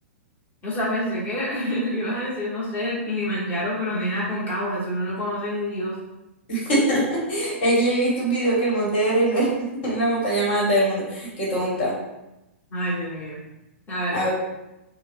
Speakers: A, on the left; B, on the left.
A: o sea, pensé que <laughs> ibas a decir, no sé, el Kilimanjaro, pero nena, Aconcagua, eso no lo conoce ni Dios.
B: <laughs> Es que yo he visto un video que el Monte Everest no es, <laughs> es la montaña más alta del mundo. Qué tonta.
A: Ay, Dios mío. La verdad,
B: A ver,